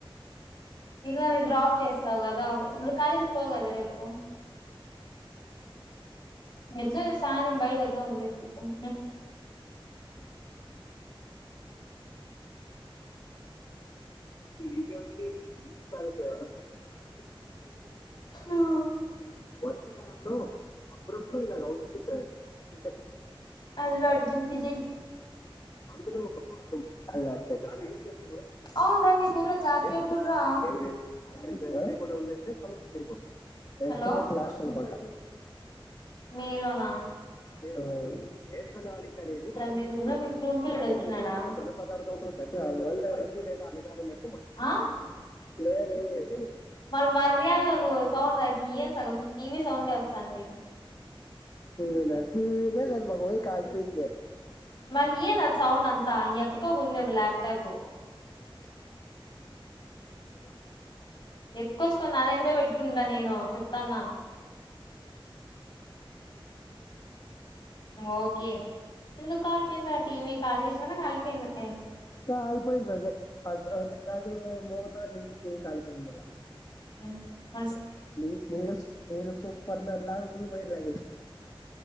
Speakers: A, on the left; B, on the left.
A: ఎట్ల నన్ను డ్రాప్ చేస్తావు గదా కాలేజీకి పోవు కదా రేపు ఏట్లో సాయంత్రం బ వద్ద అతం
B: ఇక న కాదు సార్ చాలా
A: ఆ
B: వర్షాకాలంలో అప్పుడప్పుడు ఇలా అవుతుంది సార్ ఇంత
A: అల్లు అర్జున్కిజై
B: అందులో ఒక పాత అలా చేద్దాం దాన్ని యూజ్ చేస్తున్నావా
A: అవునురా మీ ఊర్లో జాతర
B: అదే
A: ఎప్పుడురా
B: సమస్య ఇంకా ఏం లేదు దాన్ని యూజ్ చేయకుండా వదిలేస్తే సమస్య తీరిపోతుందా
A: హలో
B: లక్ష రూపాయల
A: మీలోనా
B: ఆ వేసనాళిక అనేది ఒక
A: మీ రూమ్ లో
B: విషయం
A: మీ రూమ్ పిల్లోడు
B: ద్రవ
A: వచ్చినాడా
B: ఉపరితలం ఘన పదార్థం ఒక అ రెదా అ
A: ఆ
B: లేదు నీ చేతికి
A: మళ్ళ మర్యాదగా సౌండ్ తగ్గి ఏంది సగం టీవీ సౌండ్ ఏ వస్తాంది.
B: టీవీన టీవీనే లేదు. మాకు వైరు కాల్పోయింది.
A: మళ్లీ ఏంది ఆ సౌండ్ అన్ ఆ ఎప్పుకో కుడుంది ల్యాప్టాపు
B: ఓకేనా మీరు ముగ్గుర్స్
A: ఎతుకోవచ్చుక నా దగ్గరే పెట్టుకుంటాను నేను చెప్ తన ఓకే ఎందుకు కాలిపోయిందో ఆ టీవీ కాల్ చేసినార కాలిపోయిందా
B: కాలిపోయిందిఅదే అ అది మోగుతాంది కాలిపోయింది మల్ల
A: హూ
B: నీ నేను నేను సూపర్ ఉన్నాను లావ్ మీ వైరు లాగేసిన